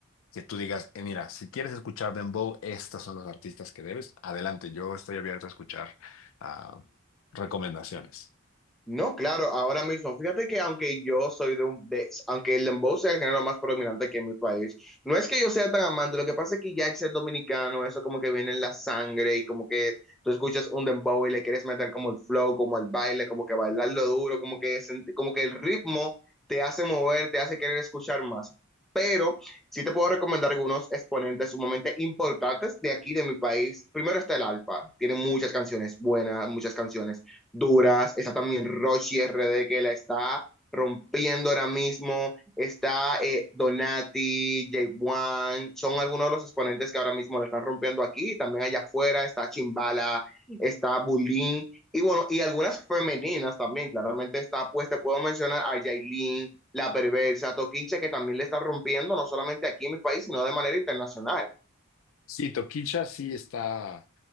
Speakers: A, on the left; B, in the centre.
A: que tú digas, "Eh, mira, si quieres escuchar Dembow, estos son los artistas que debes. Adelante, yo estoy abierto a escuchar ah, recomendaciones.
B: No, claro, ahora mismo, fíjate que aunque yo soy de un, de- aunque el dembow sea el género más predominante aquí en mi país, no es que yo sea tan amante, lo que pasa es que ya el ser dominicano, eso como que viene en la sangre y como que tú escuchas un dembow y le quieres meter como el flow, como el baile, como que bailarlo duro, como que, sent- como que el ritmo te hace mover, te hace querer escuchar más. Pero sí te puedo recomendar algunos exponentes sumamente importantes de aquí, de mi país. Primero está el Alfa, tiene muchas canciones buenas, muchas canciones duras. Está también Rochi RD que la está rompiendo ahora mismo. Está eh, Donati, J1, son algunos de los exponentes que ahora mismo le están rompiendo aquí. También allá afuera está Chimbala, está Bulín y bueno, y algunas femeninas también. Claramente está, pues te puedo mencionar a Yailin, La Perversa, Toquiche, que también le está rompiendo, no solamente aquí en mi país, sino de manera internacional.
A: Sí, Toquicha sí está